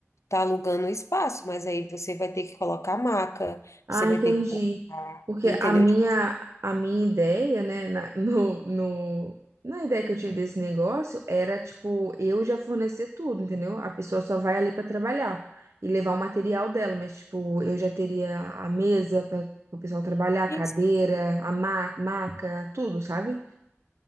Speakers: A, on the left; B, on the right.
A: tá alugando o espaço, mas aí você vai ter que colocar maca,
B: Ah,
A: você vai
B: entendi.
A: ter que colocar,
B: Porque
A: entendeu?
B: a minha,
A: Tipo,
B: a minha ideia, né, na, <laughs> no, no, na ideia que eu tive desse negócio, era, tipo, eu já fornecer tudo, entendeu? A pessoa só vai ali pra trabalhar e levar o material dela, mas, tipo, eu já teria a mesa para o pessoal trabalhar, a
A: isso.
B: cadeira, a ma maca, tudo, sabe?